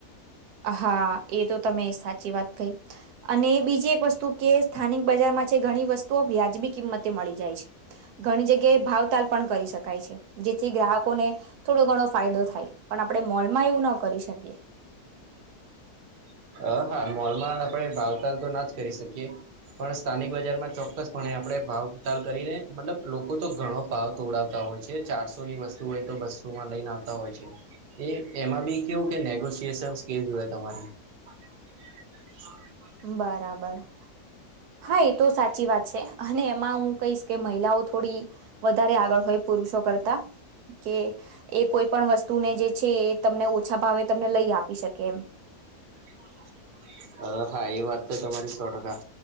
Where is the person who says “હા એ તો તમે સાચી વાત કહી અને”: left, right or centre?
Right